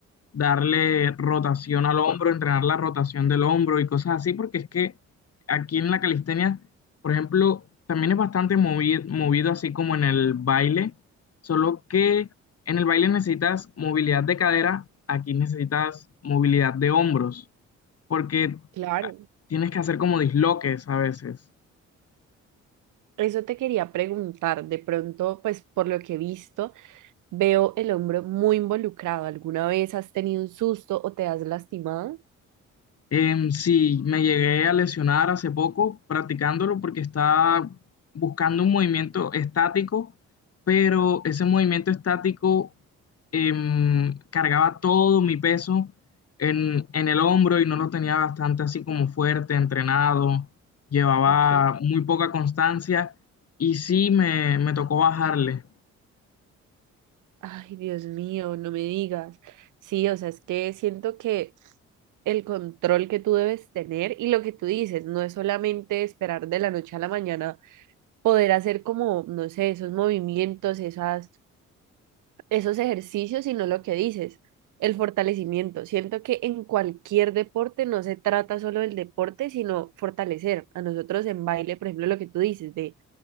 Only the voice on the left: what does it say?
darle rotación al hombro, entrenar la rotación del hombro y cosas así, porque es que aquí en la calistenia, por ejemplo, también es bastante movi- movido, así como en el baile, solo que en el baile necesitas movilidad de cadera, aquí necesitas movilidad de hombros, porque
tienes que hacer como disloques a veces.
Em, sí, me llegué a lesionar hace poco practicándolo porque estaba buscando un movimiento estático, pero ese movimiento estático em, cargaba todo mi peso en, en el hombro y no lo tenía bastante así como fuerte, entrenado, llevaba
muy poca constancia y sí me, me tocó bajarle.